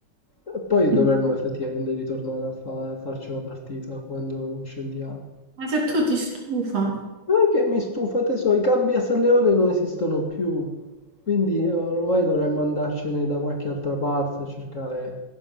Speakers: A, on the left; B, on the right.
A: E poi dovremmo
B: Mm.
A: effettivamente ritornare a, fa- a farci una partita quando scendiamo.
B: Ma se tu ti stufa.
A: Non è che mi stufa, tesoro, i campi a San Leone non esistono più, quindi eh, ormai dovremmo andarcene da qualche altra parte a cercare,